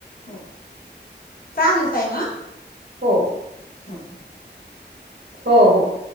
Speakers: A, on the left (about 50°); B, on the right (about 75°).
A: हो चालेल ताई म.
B: हो.
A: हम.
B: हो हो.